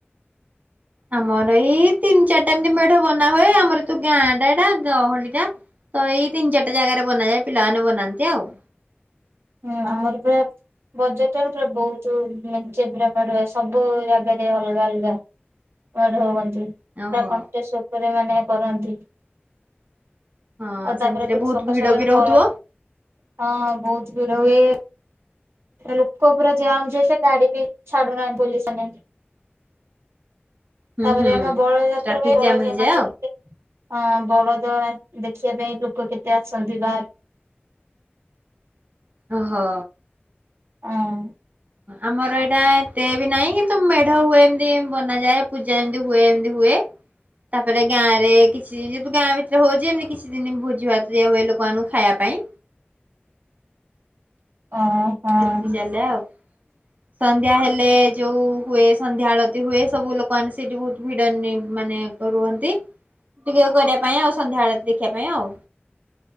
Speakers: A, on the right; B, on the right.
A: ଆମର ଏଇ ତିନି ଚାରିଟା ଏମିତି ମେଢ ବନା ହୁଏ ଆମର ତୁ ଗାଁ ଟା ଏଇଟା ଗ ଅଲଗା ଟା ତ ଏଇ ତିନି ଚାରିଟା ଜାଗାରେ ବନାଯାଏ ପିଲାମାନେ ବନାନ୍ତି ଆଉ।
B: ହୁଁ ଆମର ପୁରା ବଜାର ଟ ପୁରା ବହୁତେ ପୁରା <unintelligible> ସବୁ ଜାଗାରେ ଅଲଗା ଅଲଗା ମେଡ ହୁଅନ୍ତି। ନ୍ତୀ ପୁରା
A: ଓହୋ।
B: କଣ୍ଟେଷ୍ଟ ଉପରେ ମାନେ କରନ୍ତି।
A: ହଁ
B: ଆଉ
A: ସେମିତିରେ
B: ତାପରେ ଫୁଣି
A: ବହୁତ
B: ସକାଳୁ
A: ଭିଡ
B: ସକାଳୁ
A: ବି ରହୁଥିବ
B: ବଳଦ ହଁ ବହୁତ ର ହୁଏ। ଲୁକ ପୁରା ଯାମ ଯେ ସେ ଗାଡି ବିି ଛାଡୁ ନାନ୍ତି ପୋଲିସମାନେ।
A: ହୁଁ
B: ତାପରେ
A: ହୁଁ।
B: ଆମର ବଡ଼ ଯାତ୍ର
A: ଟ୍ରାଫିକ
B: ପାଇଁ ବଡ
A: ଜାମ୍ ହେଇଯାଏ
B: ଜ ମାଛ
A: ଆଉ
B: ଟିକେ ହଁ ବଳଦ ଦେଖିବା ପାଇଁ ଲୋକ କେତେ ଆସନ୍ତି ବାହାରୁ।
A: ଅ ହୋ।
B: ହଁ।
A: ଆମର ଏଇଟା ଏତେ ବି ନାହିଁ କିନ୍ତୁ ମେଢ ହୁଏ ଏମିତି ବନାଯାଏ ପୂଜା ଯେମତି ହୁଏ ଏମତି ହୁଏ ତାପରେ ଗାଁ ରେ କିଛି ଯେତୁ ଗାଁ ଭିତରେ ହଉଛି ଏମତି କିଛି ଦିନ ଭୋଜି ଭାତ ଦଆ ହୁଏ ଲୋକମାନାନଙ୍କୁ ଖାଇବା ପାଇଁ।
B: ଅଁ ହଁ
A: ସେମିତି ଚାଲେ ଆଉ। ସନ୍ଧ୍ୟା ହେଲେ ଯୋଉ ହୁଏ ସନ୍ଧ୍ୟା ଆଳତି ହୁଏ ସବୁ ଲୋକମାନେ ସେଠି ବହୁତ ଭିଡ଼ନ ମାନେ ରୁହନ୍ତି ଟିକେ କରିବା ପାଇଁ ଆଉ ସନ୍ଧ୍ୟା ଆଳତି ଦେଖିବା ପାଇଁ ଆଉ।